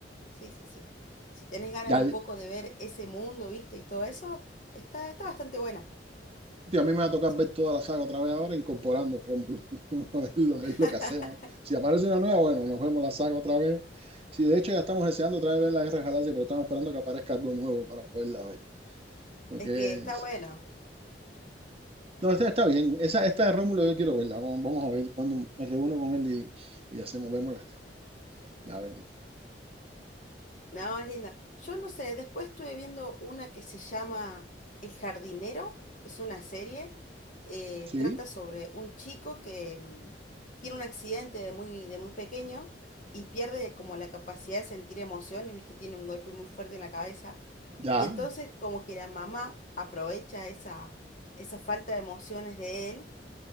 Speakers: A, on the left; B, on the right.
A: Sí, sí, sí. Si tenés ganas
B: Ya,
A: un poco de ver ese mundo, viste, y todo eso, está, está bastante buena.
B: Tío, a mí me va a tocar
A: Sí,
B: ver toda la saga otra vez ahora, incorporando Rómulo. <laughs> Vamos a verlo,
A: <laughs>
B: <laughs> es lo que hacemos. Si aparece una nueva, bueno, nos vemos la saga otra vez. Si de hecho ya estamos deseando otra vez ver la Guerra de Galaxia, pero estamos esperando que aparezca algo nuevo para poderla ver. Lo
A: es
B: que
A: que está
B: es...
A: bueno.
B: No, esta está bien. Esa, esta de Rómulo yo quiero verla. Vamos, vamos a ver cuando me reúno con él y, y hacemos, vemos la, la vemos.
A: No, es linda. Yo no sé, después estuve viendo una que se llama El jardinero, es una serie, eh,
B: Sí,
A: trata sobre un chico que mm, tiene un accidente de muy, de muy pequeño y pierde como la capacidad de sentir emociones, ¿viste? Tiene un golpe muy fuerte en la cabeza
B: ya.
A: y entonces como que la mamá aprovecha esa, esa falta de emociones de él